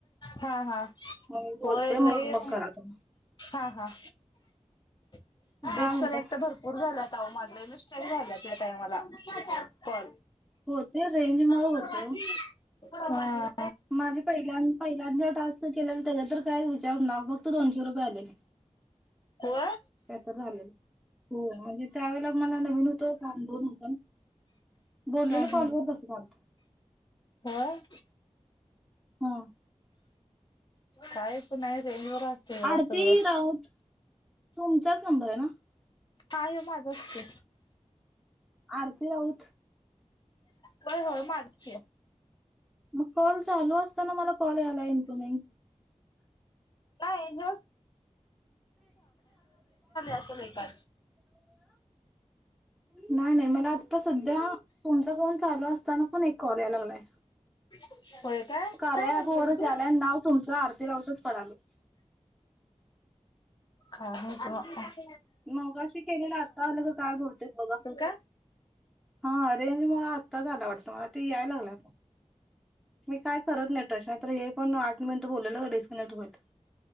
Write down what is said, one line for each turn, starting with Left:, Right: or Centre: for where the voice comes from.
Left: हा हा
Centre: मग मी बोलते
Left: होय लय
Centre: मग
Left: ये
Centre: मग करा तुम्ही
Left: हा हा दिवस
Centre: काय म्हणताय?
Left: पण एकट भरपूर झालंत आह माजलाही नुसतन झाल्या त्या टायमाला पल
Centre: होते रेंज मुळ होते
Left: सर्
Centre: ओ
Left: स
Centre: माझे प पहि ज टास्क केले त्याच्या तर काय विचार ना फक्त दोनशे रुपयाे <inaudible>
Left: हो
Centre: झाले हो म्हणजे त्या वेळेला मला नवीन होतं का दोन होत बोललेलं
Left: हा हा
Centre: कॉलवर तसं कल
Left: होय
Centre: हा
Left: काहीच नाही रे बर असत मला
Centre: आरती
Left: सगळं
Centre: राऊत तुमचाच नंबर आहे ना
Left: कााय मागचते
Centre: आरती राऊत
Left: हो हो मारते
Centre: मग कॉल चालू असताना मला कॉल याला इनकॉमिंग
Left: नाही झा असंलका
Centre: नाही नाही मला आता सध्या तुमचा फोन चालू असताना पण एक कॉल यायला लागलाय
Left: <inaudible> होय काय
Centre: खे
Left: काय भानगड
Centre: अो वरच
Left: होती?
Centre: याला नाव तुमचं आरती राऊतच पडाले
Left: का क का
Centre: मगाशी केलेलं आता आलं ग काय बोलते बघा
Left: असेल काय?
Centre: हा रेंज मु आत्ता झाला वाटतं मला ते याय लागलं मी काय करत नेटच नाहीत हे पण आठ मिनिटं बोललेलं डिस्कनेक्ट होोलल